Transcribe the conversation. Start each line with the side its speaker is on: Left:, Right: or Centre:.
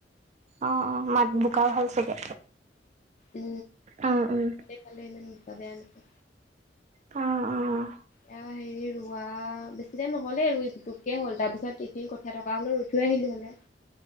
Right: অ, অ। মাত
Left: এই
Right: বোকাও হ'ল চাগে।
Left: উ।
Right: উম উম
Left: এইফালে ইমান বোকা বেয়া নহয়।
Right: অ, অ।
Left: এয়া, হেৰি ৰোৱা, বেছি টাইম নহ'লে, ৰুই পুটোককে হ'ল। তাৰ পিছত এইটিৰ কঠীয়া। পৰা হ'লে ৰুই থৈ আহিলো হ'লে।